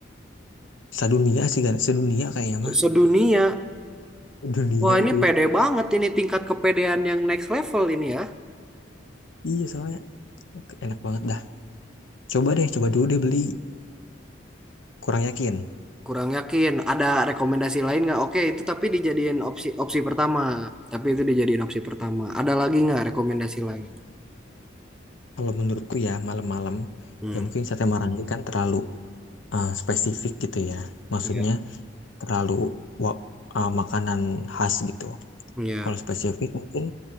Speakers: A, on the left; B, in the centre.
A: Sedunia sih, kan? sedunia kayaknya mah.
B: Sedunia.
A: Dunia
B: Wah, ini
A: itu.
B: pede banget ini tingkat kepedean yang next level ini ya.
A: Iya soalnya enak banget dah. Coba deh, coba dulu deh beli. Kurang yakin.
B: Kurang yakin. Ada rekomendasi lain nggak? Oke, itu tapi dijadiin opsi opsi pertama. Tapi itu dijadiin opsi pertama. Ada lagi nggak rekomendasi lain?
A: Kalau menurutku ya malam-malam
B: Hmm,
A: ya mungkin sate Marangi kan terlalu eh, spesifik gitu ya. Maksudnya
B: iya.
A: terlalu wa- eh, makanan khas gitu.
B: Iya.
A: Kalau spesifik mungkin